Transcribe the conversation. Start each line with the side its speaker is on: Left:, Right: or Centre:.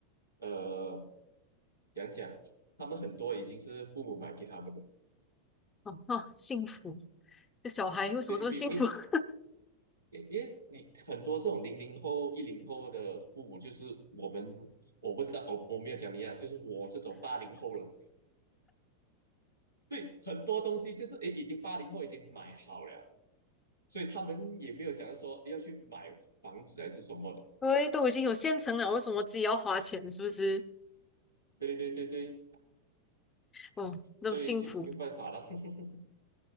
Right: 呃，讲讲他们很多已经是父母买给他们的，
Left: 哦哦，幸福，这小孩为什么这么幸福？
Right: 对比因
Left: <laughs>
Right: 因因为你很多这种零零后、一零后的父母，就是我们我不知道，我我没有讲你啊，就是我这种八零后了。对，很多东西就是诶，已经八零后已经买好了，所以他们也没有想要说诶要去买房子还是什么的。
Left: 喂，都已经有现成了，为什么自己要花钱？是不是？
Right: 对对对对，
Left: 哦，那么幸福。
Right: 所以就没办法了。<laughs>